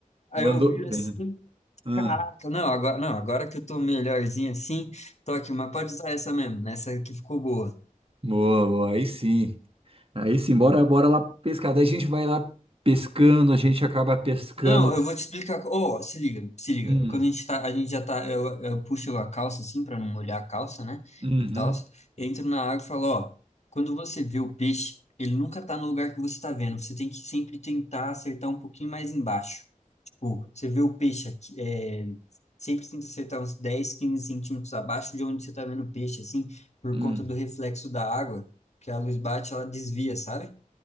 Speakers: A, on the left; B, on the right.
A: Aí
B: mandou
A: eu viro
B: bem.
A: assim.
B: Hum,
A: Caraca, não, agora, não, agora que eu tô melhorzinho assim, tô aqui, mas pode usar essa mesmo, né, essa que ficou boa.
B: boa, boa. Aí sim. Aí sim, bora, bora lá pescar. Daí a gente vai lá pescando, a gente acaba pescando.
A: Não, eu vou te explicar. Oh, se liga, se liga.
B: Hum,
A: Quando a gente tá, a gente já tá, eu, eu puxo a calça assim pra não molhar a calça, né?
B: uhum,
A: E tal. Entro na água e falo, ó, quando você vê o peixe, ele nunca tá no lugar que você tá vendo. Você tem que sempre tentar acertar um pouquinho mais embaixo. Tipo, você vê o peixe aqui, é, sempre tenta acertar uns 10 15 centímetros abaixo de onde você tá vendo o peixe, assim, por
B: hum,
A: conta do reflexo da água, que a luz bate, ela desvia, sabe?